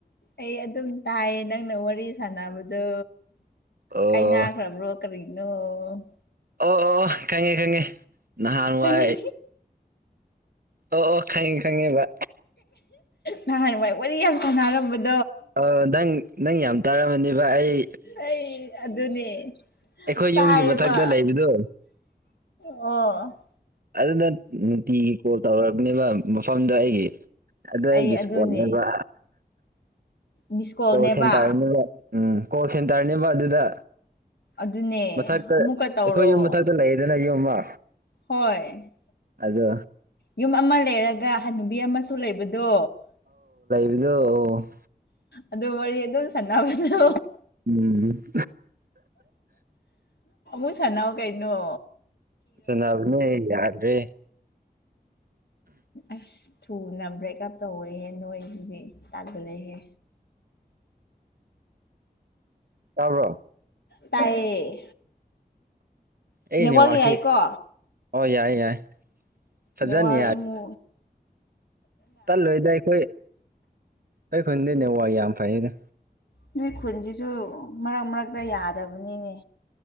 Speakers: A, on the left (about 85°); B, on the right (about 65°).
A: ꯑꯩ ꯑꯗꯨꯝ ꯇꯥꯏꯌꯦ ꯅꯪꯅ ꯋꯥꯔꯤ ꯁꯥꯟꯅꯕꯗꯣ
B: ꯑꯣ
A: ꯀꯥꯏꯅꯈ꯭ꯔꯕ꯭ꯔꯣ ꯀꯔꯤꯅꯣ ꯅꯣ
B: ꯑꯣ ꯑꯣ ꯈꯪꯉꯦ ꯈꯪꯉꯦ ꯅꯍꯥꯟꯋꯥꯏ
A: ꯀꯪꯉꯤ
B: ꯑꯣ ꯑꯣ ꯈꯪꯉꯤ ꯈꯪꯉꯦꯕ
A: ꯅꯍꯥꯟꯋꯥ ꯋꯥꯔꯤ ꯌꯥꯝ ꯁꯥꯟꯅꯔꯝꯕꯗ
B: ꯑ ꯅꯪ ꯅꯪ ꯌꯥꯝ ꯇꯥꯒ ꯃꯅꯤ ꯏꯚ ꯑꯩ
A: ꯑꯩ ꯑꯗꯨꯅꯦ
B: ꯑꯩꯈꯣꯏ
A: ꯇꯥꯏꯌꯦꯕ
B: ꯌꯨꯝꯒꯤ ꯃꯊꯛꯇ ꯂꯩꯕꯗꯣ
A: ꯑꯣ
B: ꯑꯗꯨꯗ ꯅꯨꯡꯇꯤꯒꯤ ꯀꯣꯜ ꯇꯧꯛꯄꯅꯦꯕ ꯃꯐꯝꯗ ꯑꯩꯒꯤ ꯑꯗꯨ ꯑꯩꯒꯤ
A: ꯑꯩ
B: ꯏꯁꯄꯣꯠꯅꯦꯕ
A: ꯑꯗꯨꯅꯦ ꯃꯤꯁꯀꯣꯜꯅꯦꯕ
B: ꯀꯣꯁꯦꯟ ꯇꯥꯅꯤꯕ ꯎꯝ ꯀꯣꯁꯤ ꯇꯥꯔꯅꯤꯕ ꯑꯗꯨꯗ
A: ꯑꯗꯨꯅꯦ
B: ꯃꯊꯛꯇ
A: ꯑꯃꯨꯛꯀ
B: ꯑꯩꯈꯣꯏ
A: ꯇꯧꯔꯣ
B: ꯌꯨꯝ ꯃꯊꯛꯇ ꯂꯩꯌꯦꯗꯅ ꯌꯨꯝ ꯑꯃ
A: ꫰ꯍꯣꯏ
B: ꯑꯗꯣ
A: ꯌꯨꯝ ꯑꯃ ꯂꯩꯔꯒ ꫰ꯍꯟꯅꯨꯕꯤ ꯑꯃꯁꯨ ꯂꯩꯕꯗꯣ
B: ꯏꯣ
A: ꯑꯗꯨ ꯋꯥꯔꯤ ꯑꯗꯨꯝ ꯁꯥꯟꯅꯕꯗ
B: ꯎꯝ
A: ꯨ ꯁꯅꯥꯎ ꯀꯩꯅꯅꯣ
B: ꯆꯅꯥꯕꯅꯦ ꯌꯥꯗꯔꯤ
A: ꯑꯁ ꯊꯨꯅ ꯕ꯭ꯔꯦꯛꯑꯞ ꯇꯧꯋꯍꯦ ꯅꯣꯏꯁꯤꯗꯤ ꯇꯥꯟꯈꯠꯂꯛꯍꯦ
B: ꯇꯕ꯭ꯔꯣ
A: ꯇꯥꯏꯌꯦ
B: ꯑꯩ
A: ꯅꯦꯋꯥꯡ
B: ꯅꯦꯠꯋꯥꯛꯁꯤ
A: ꯌꯥꯏꯀꯣ
B: ꯑꯣ ꯌꯥꯏ ꯌꯥꯏ ꯐꯖꯅ
A: ꯅꯋꯥ ꯑꯃꯨ
B: ꯆꯠꯂꯣꯏꯗ ꯑꯩꯈꯣꯏ ꯑꯩꯈꯟꯗꯅꯦ ꯋꯥ ꯌꯥꯝ ꯐꯩꯅ
A: ꯅꯣꯏ ꯈꯨꯟꯁꯤꯁꯨ ꯃꯔꯛ ꯃꯔꯛꯇ ꯌꯥꯗꯕꯅꯤꯅꯦ